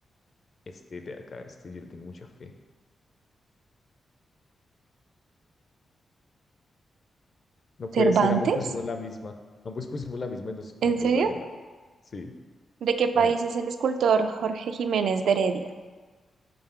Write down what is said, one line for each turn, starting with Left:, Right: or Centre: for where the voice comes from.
Left: este de acá. Este yo le tengo mucha fe. No puede
Right: ¿Cervantes?
Left: ser, ambos pusimos la misma. Ambos pusimos la misma y nos,
Right: ¿En
Left: no fue
Right: serio?
Left: igual de mal. Sí.
Right: ¿De qué país
Left: A ver.
Right: es el escultor Jorge Jiménez de Heredia?